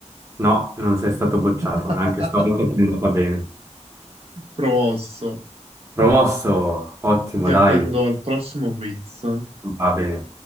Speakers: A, on the right; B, on the right.
A: no, non sei stato bocciato,
B: <laughs>
A: anche stavolta ti è andata bene.
B: Promosso.
A: Promosso, ottimo,
B: Ti
A: dai,
B: attendo al prossimo quiz.
A: va bene.